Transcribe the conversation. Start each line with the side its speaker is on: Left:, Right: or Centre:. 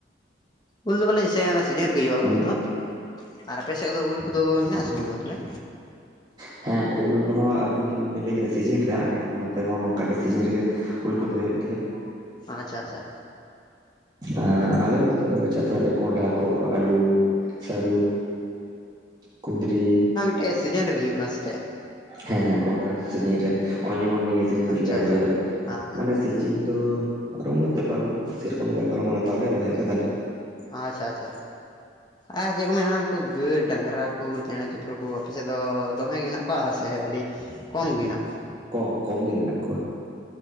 Left: ᱩᱞ ᱫᱚ ᱵᱚᱞᱮ ᱥᱮᱸ ᱚᱱᱟ ᱥᱤᱡᱤᱱ ᱨᱮᱜᱮ ᱦᱩᱭᱩᱜᱼᱟ
Right: ᱦᱩᱸ
Left: ᱩᱞ ᱫᱚ ᱟᱨ ᱟᱯᱮ ᱥᱮᱫᱚ ᱩᱞ ᱠᱚᱫᱚ ᱦᱮᱱᱟᱜᱼᱟ ᱥᱮ ᱵᱟᱹᱱᱩᱜᱼᱟ ᱛᱟᱦᱚᱞᱮ
Right: ᱦᱮᱸ ᱩᱞ ᱦᱚᱸ ᱟᱵᱤᱱ ᱡᱮᱢᱚᱱ ᱵᱤᱱ ᱞᱟᱹᱭ ᱠᱮᱫᱟ ᱥᱤᱡᱤᱱ ᱨᱮ ᱟᱹᱞᱤᱧ ᱱᱚᱛᱮ ᱦᱚᱸ ᱱᱚᱝᱠᱟ ᱜᱮ ᱥᱤᱡᱤᱱ ᱨᱮᱜᱮ ᱩᱞ ᱠᱚᱫᱚ ᱦᱩᱭᱩᱜ ᱜᱮᱭᱟ
Left: ᱟᱪᱪᱷᱟ ᱟᱪᱪᱷᱟ
Right: ᱟᱨ ᱟᱞᱮ ᱦᱚᱸ ᱱᱚᱛᱮ ᱫᱚ ᱪᱟᱥᱞᱮ ᱠᱚᱸᱰᱷᱟ ᱠᱚ ᱟᱹᱞᱩ ᱥᱟᱹᱨᱩ ᱠᱩᱸᱫᱽᱨᱤ
Left: ᱮ ᱥᱤᱡᱤᱱ ᱨᱮᱜ ᱦᱩᱭᱩᱜ ᱠᱟᱱᱟ ᱥᱮ ᱪᱮᱫ
Right: ᱦᱮᱸ ᱦᱮᱸ ᱠᱚᱸᱰᱟ ᱫᱚ ᱥᱤᱡᱤᱱ ᱨᱮ ᱱᱚᱜᱼᱚᱭ ᱡᱮᱢᱚᱱ ᱱᱤᱭᱟᱹ ᱥᱤᱡᱤᱱ
Left: ᱟᱪᱪᱷᱟ
Right: ᱨᱮᱞᱮ
Left: ᱟᱪᱪᱷᱟ
Right: ᱨᱚᱦᱚᱭ ᱠᱟᱫᱟ
Left: ᱦᱮᱸ ᱦᱮᱸ
Right: ᱢᱟᱱᱮ ᱥᱤᱡᱤᱱ ᱫᱚ ᱯᱟᱨᱚᱢ ᱵᱚᱞᱛᱮ ᱯᱟᱨᱚᱢ ᱥᱮᱨᱚᱠᱚᱢ ᱵᱟᱭ ᱯᱟᱨᱚᱢ ᱠᱟᱱᱟ ᱛᱟᱦᱞᱮ ᱨᱚᱦᱚᱭ ᱠᱟᱫᱟᱞᱮ
Left: ᱟᱪᱪᱷᱟ ᱟᱪᱪᱷᱟ
Right: <inaudible>
Left: ᱟᱨ ᱪᱮᱫ ᱠᱚ ᱢᱮᱱᱟ ᱩᱱᱠᱚ ᱜᱟᱹᱭᱼ ᱰᱟᱝᱨᱟ ᱠᱚ ᱪᱮᱬᱮ ᱪᱤᱯᱨᱩ ᱠᱚ ᱟᱯᱮᱥᱮᱫ ᱫᱚᱢᱮ ᱜᱮ ᱢᱮᱱᱟᱜ ᱠᱚᱣᱟ ᱥᱮ ᱟᱹᱰᱤ ᱠᱚᱢ ᱜᱮ ᱢᱮᱱᱟᱜ ᱠᱚᱣᱟ
Right: ᱠᱚᱢ ᱠᱚᱢ ᱜᱮ ᱢᱮᱱᱟᱜ ᱠᱚᱣᱟ